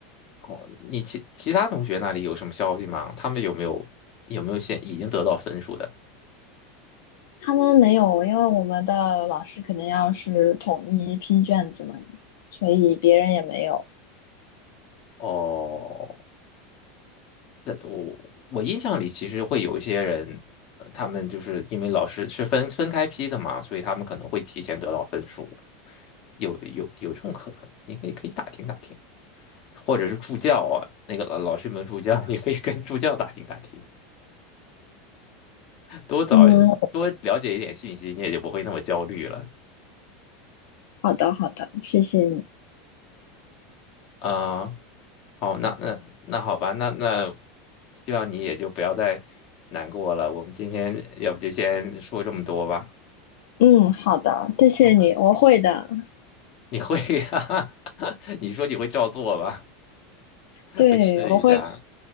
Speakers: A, on the left; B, on the left.
A: 哦，你其其他同学那里有什么消息吗？他们有没有有没有现已经得到分数的？
B: 他们没有，因为我们的老师肯定要是统一批卷子嘛，所以别人也没有。
A: 哦，那我我印象里其实会有一些人，呃他们就是因为老师是分分开批的嘛，所以他们可能会提前得到分数，有有有这种可能，你可以可以打听打听，或者是助教啊，那个老老师有没有助教，<laughs> 你可以跟助教打听打听，多找多了解一点信息，
B: 嗯，
A: 你也就不会那么焦虑了
B: 好的，好的，谢谢你。
A: 啊。好，那那那好吧，那那希望你也就不要再难过了。我们今天要不就先说这么多吧。
B: 嗯，好的，谢谢你，
A: 好吧。
B: 我会的。
A: 你会呀、<laughs> 你说你会照做吧？
B: 对，
A: 会试一下。
B: 我会，